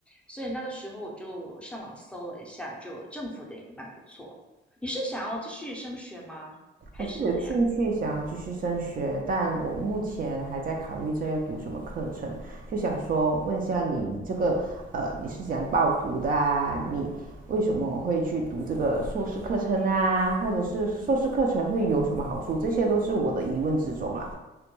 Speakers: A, in the centre; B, on the right.
A: 所以那个时候我就上网搜了一下，就政府的也蛮不错。你是想要继续升学吗？还是怎样？
B: 我是有兴趣想要继续升学，但我目前还在考虑这要读什么课程，就想说问一下你，你这个呃你是怎样报读的啊？你为什么会去读这个硕士课程啊？或者是硕士课程会有什么好处？这些都是我的疑问之中啊。